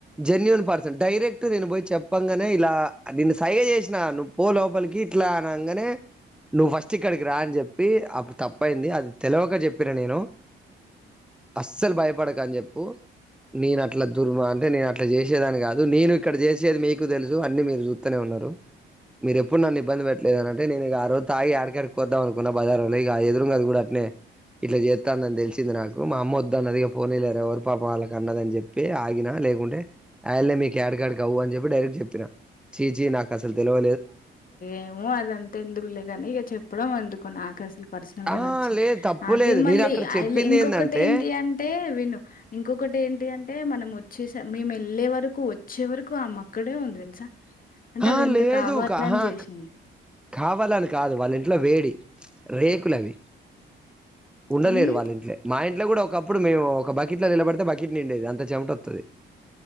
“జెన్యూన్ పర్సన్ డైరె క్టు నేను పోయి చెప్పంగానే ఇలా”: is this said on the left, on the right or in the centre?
Centre